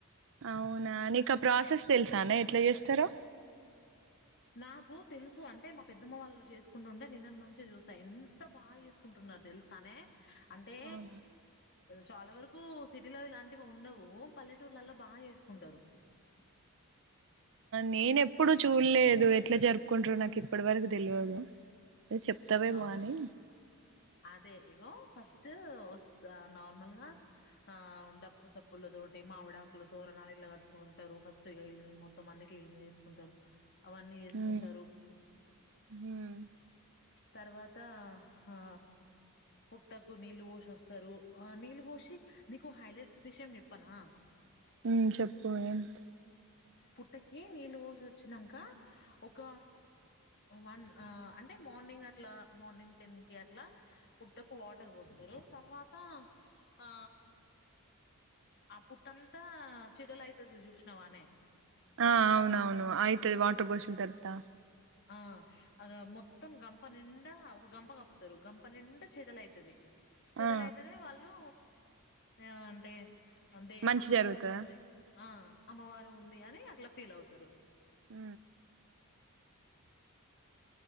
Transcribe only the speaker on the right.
అవునా నీకా ఆ ప్రాసెస్ తెలుసా నే ఎట్ల చేస్తారో
అవునా
నేన్ ఎప్పుడుూ చూడలేదు ఎట్లా జరుపుకుంట్రారు నాకు ఇప్పటి వరకు తెల్వదు నువ్వు చెప్తావేమో
అని
మ్మ్ మ్మ్
ఉమ్ చెప్పు ఏంత్
ఆ అవునవును ఆయి తే వాటర్ బోషిన్ తరుతా
ఆ
మంచి
జరుగుతదా
హు